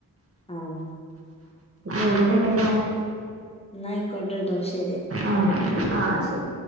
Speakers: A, on the left; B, on the right.
A: ആ
B: <unintelligible> പെട്ടന്നാവും
A: ഇന്നായിക്കോട്ടെട്ടോ ശെരി
B: ആഹ് ആഹ് ശെരി